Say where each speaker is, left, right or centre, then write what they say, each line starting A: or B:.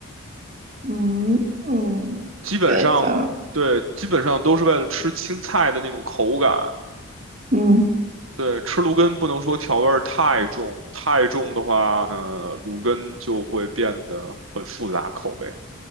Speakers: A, on the right; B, on the right.
A: 嗯嗯，get
B: 基本上，
A: 了，
B: 对，基本上都是为了吃青菜的那种口感。
A: 嗯
B: 对，吃芦根不能说调味儿太重，太重的话呢，芦根就会变得很复杂口味。